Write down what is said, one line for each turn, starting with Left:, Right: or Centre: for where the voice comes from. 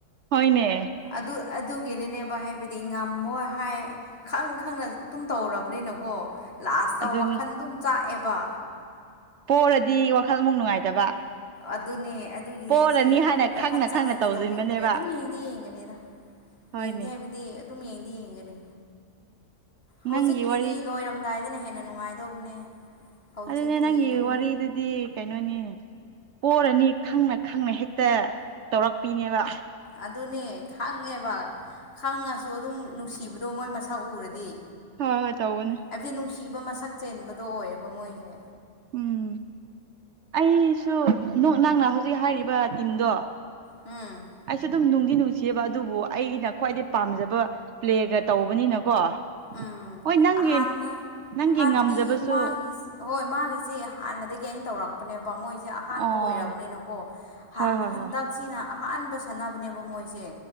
Right: ꯍꯣꯏꯅꯦ
Left: ꯑꯗꯨ ꯑꯗꯨꯒꯤꯅꯅꯦꯕ ꯍꯥꯏꯕꯗꯤ ꯉꯝꯃꯣꯏ ꯍꯥꯏ ꯈꯪ ꯈꯪꯅ ꯑꯗꯨꯝ ꯇꯧꯔꯕꯅꯤꯅꯀꯣ ꯂꯥꯁꯇ
Right: ꯑꯗꯨꯅꯤ
Left: ꯋꯥꯈꯜ ꯑꯗꯨꯝ ꯆꯥꯛꯑꯦꯕ
Right: ꯄꯣꯔꯗꯤ ꯋꯥꯈꯜꯃꯨꯛ ꯅꯨꯡꯉꯥꯏꯇꯕ
Left: ꯑꯗꯨꯅꯦ ꯑꯗꯨꯒꯤ
Right: ꯄꯣꯔꯅꯤ
Left: ꯑꯩꯁꯦ
Right: ꯍꯥꯏꯅ
Left: ꯋꯥꯈꯜ
Right: ꯈꯪꯅ
Left: ꯆꯪꯅꯗꯤ
Right: ꯈꯪꯅ ꯇꯧꯁꯤꯟꯕꯅꯦꯕ
Left: ꯇꯧꯅꯤꯡꯗ꯭ꯔꯦ ꯑꯗꯨꯝ ꯌꯦꯡꯗꯤ ꯌꯦꯡꯒꯅꯤꯗ
Right: ꯍꯣꯏꯅꯦ
Left: ꯌꯦꯡꯗꯦ ꯍꯥꯏꯕꯗꯤ ꯑꯗꯨꯝ ꯌꯦꯡꯗꯤ ꯌꯦꯡꯒꯅꯤ ꯍꯧꯖꯤꯛꯀꯤꯗꯤ
Right: ꯅꯪꯒꯤ ꯋꯥꯔꯤ
Left: ꯂꯣꯏꯔꯝꯗꯥꯏ ꯗꯨꯅ ꯍꯦꯟꯅ ꯅꯨꯡꯉꯥꯏꯗꯧꯕꯅꯦ ꯍꯧꯖꯤꯛꯇꯤ
Right: ꯑꯗꯨ ꯅꯪꯒꯤ
Left: ꯑꯗꯨꯝ
Right: ꯋꯥꯔꯤꯔꯗꯨꯗꯤ ꯀꯩꯅꯣꯅꯦ ꯄꯣꯔꯅꯤ ꯈꯪꯅ ꯈꯪꯅ ꯍꯦꯛꯇ ꯇꯧꯔꯛꯄꯤꯅꯦꯕ
Left: ꯑꯗꯨꯅꯦ ꯈꯪꯉꯦꯕ ꯈꯪꯉꯁꯨ ꯑꯗꯨꯝ ꯅꯨꯡꯁꯤꯕꯗꯣ ꯃꯣꯏ ꯃꯁꯛ ꯎꯔꯗꯤ
Right: ꯍꯣꯏ ꯍꯣꯏ ꯇꯎꯅꯤ
Left: ꯍꯥꯏꯕꯗꯤ ꯅꯨꯡꯁꯤꯕ ꯃꯁꯛ ꯆꯦꯟꯕꯗꯣ ꯑꯣꯏꯌꯦꯕ ꯃꯣꯏꯁꯦ
Right: ꯎꯝ ꯑꯩꯁꯨ ꯅꯪꯅ ꯍꯧꯖꯤꯛ ꯍꯥꯏꯔꯤꯕ ꯇꯤꯝꯗꯣ
Left: ꯎꯝ
Right: ꯑꯩꯁꯦ ꯑꯗꯨꯝ ꯅꯅꯨꯡꯗꯤ ꯅꯨꯡ ꯁꯦꯕ ꯑꯗꯨꯕꯨ ꯑꯩꯒꯤꯅ ꯈ꯭ꯋꯥꯏꯗꯩ ꯄꯥꯝꯖꯕ ꯄ꯭ꯂꯦꯒ ꯇꯧꯕꯅꯤꯅꯀꯣ
Left: ꯎꯝ
Right: ꯍꯣꯏ ꯅꯪꯒꯤ
Left: ꯍꯥꯟꯅ
Right: ꯅꯪꯒꯤ
Left: ꯍꯥꯏꯕꯗꯤ
Right: ꯉꯝꯖꯕꯁꯨ
Left: ꯃꯥꯒꯤꯁꯤ ꯍꯣꯏ ꯃꯥꯒꯤꯁꯤ ꯍꯥꯟꯅꯗꯒꯤ ꯑꯩꯅ ꯇꯧꯔꯛꯄꯅꯦꯕ ꯃꯣꯏꯁꯦ ꯑꯍꯥꯟꯕ
Right: ꯑꯣ
Left: ꯑꯣꯏꯔꯕꯅꯤꯅꯀꯣ
Right: ꯍꯣꯏ ꯍꯣꯏ
Left: ꯍꯟꯗꯛꯁꯤꯅ
Right: ꯍꯣꯏ
Left: ꯑꯍꯥꯟꯕ ꯁꯥꯟꯅꯕꯅꯦꯕ ꯃꯣꯏꯁꯦ